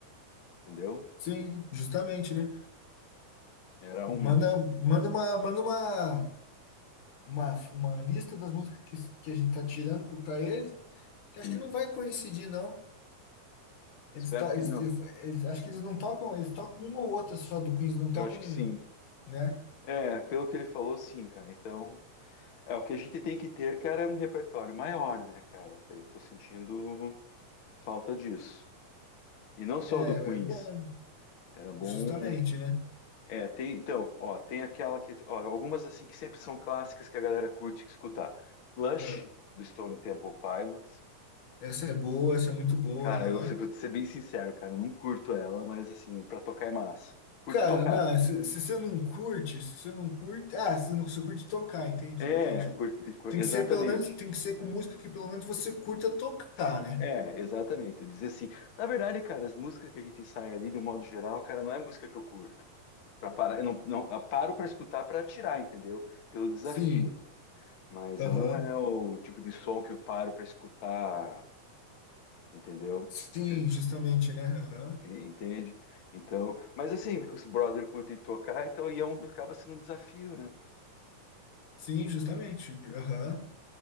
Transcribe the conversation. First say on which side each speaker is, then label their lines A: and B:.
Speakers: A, on the left; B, on the left.
A: entendeu?
B: Sim, justamente, né?
A: Era
B: Manda,
A: uma.
B: manda uma, manda uma, uma, uma lista das músicas que, que a gente tá tirando pro- pra ele, que acho
A: Sim.
B: que não vai coincidir, não. Eles,
A: Espero
B: to
A: que
B: eles,
A: não.
B: eles, eles- acho que eles não tocam, eles tocam uma ou outra só do Queens, não
A: Eu
B: tocam,
A: acho que
B: um,
A: sim.
B: né?
A: É, pelo que ele falou, sim, cara. Então, é o que a gente tem que ter, cara, é um repertório maior, né, cara? Eu tô sentindo falta disso. E não só
B: É,
A: do Queens.
B: é bom,
A: Era
B: justamente,
A: bom.
B: né?
A: É, tem, então, ó, tem aquela que, ó, algumas assim que sempre são clássicas que a galera curte escutar. Plush
B: Ah,
A: do Stone Temple Pilots.
B: Essa é boa, essa é muito boa,
A: Cara,
B: aham.
A: eu vou ser bem sincero, cara, eu não curto ela, mas assim, pra tocar é massa. Curto
B: Cara,
A: tocar.
B: não, se, se você não curte, se você não curte. Ah, se não se curte tocar, entendi,
A: É,
B: entendi.
A: curto, cu-
B: Tem
A: exatamente.
B: que ser, pelo menos, tem que ser com música que pelo menos você curta tocar, né?
A: É, exatamente. Dizer assim, na verdade, cara, as músicas que a gente sai ali, do modo geral, cara, não é música que eu curto. Pra parar, eu não, não, eu paro pra escutar pra tirar, entendeu? Pelo desafio.
B: Sim,
A: Mas
B: aham.
A: eu não é o tipo de som que eu paro pra escutar, entendeu?
B: Sim,
A: Porque-
B: justamente, né? Aham.
A: Entende? Então, mas assim, que os brother curtem tocar, então e é um, acaba sendo um desafio, né?
B: Sim, justamente. Aham.